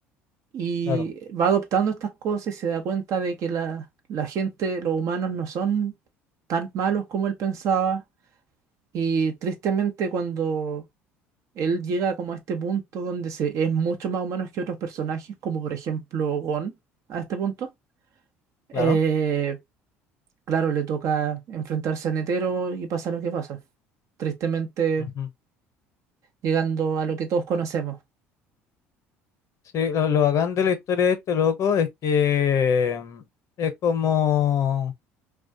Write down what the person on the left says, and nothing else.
claro,
claro.
ujú.
Sí, lo, lo bacán de la historia de este loco es que mm, es como...